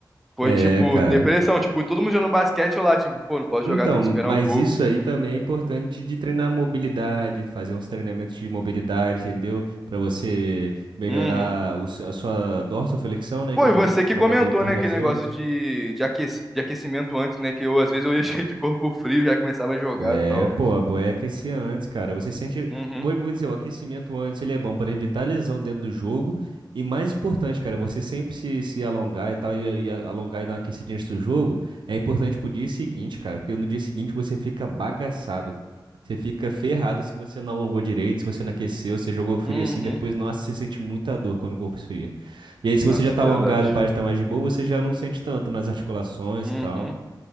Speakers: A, in the centre; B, on the right.
A: foi,
B: É,
A: tipo,
B: cara.
A: Pois é, depressão. cara. Tipo, todo mundo jogando basquete, eu lá, tipo, pô, não posso jogar,
B: Então,
A: tenho que esperar
B: mas
A: um pouco.
B: isso aí também é importante de treinar mobilidade, fazer uns treinamentos de mobilidade, entendeu? Para você melhorar
A: Uhum.
B: o seu- a sua dorsoflexão, né,
A: Pô,
B: que é o
A: e
B: que
A: você que
B: chama
A: comentou,
B: do tornozelo.
A: né, aquele negócio de, de, aqueci- de aquecimento antes, né, que eu às vezes eu ia <laughs> cheio de corpo frio, já começava a jogar
B: É,
A: e tal.
B: pô, a boia é aquecer antes, cara. Você sente.
A: Uhum,
B: Vou, vou dizer, o aquecimento antes ele é bom para evitar lesão dentro do jogo. E mais importante, cara, você sempre se, se alongar e tal, e, e a- alongar e dar uma aquecidinha antes do jogo, é importante pro dia seguinte, cara. Porque no dia seguinte você fica bagaçado. Você fica ferrado se você não alongou direito, se você não aqueceu, você jogou frio
A: uhum.
B: assim, depois, nossa, você sente muita dor quando o corpo esfria. E aí, se
A: Nossa,
B: você já tá
A: é verdade.
B: alongado e parece estar mais de boa, você já não sente tanto nas articulações
A: Uhum.
B: e tal.